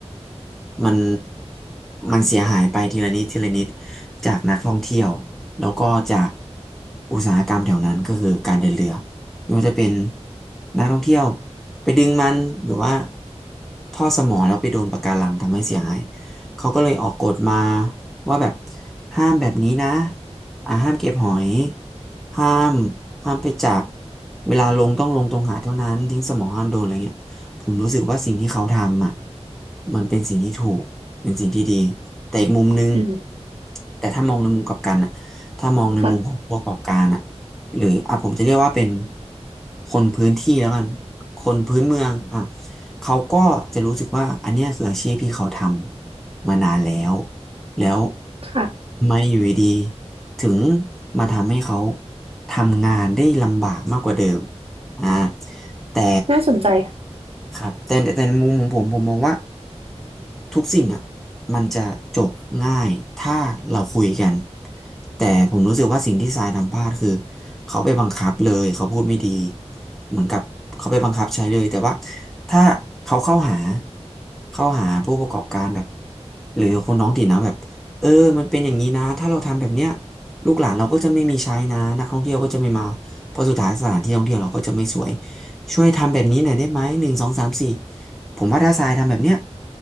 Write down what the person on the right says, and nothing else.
อืม
ค่ะ
ค่ะ
น่าสนใจค่ะ